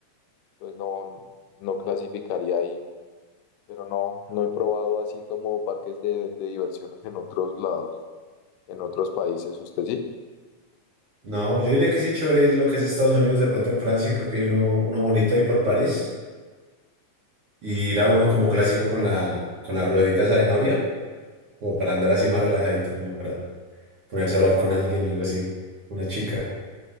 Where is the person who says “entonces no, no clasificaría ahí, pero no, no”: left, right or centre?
Left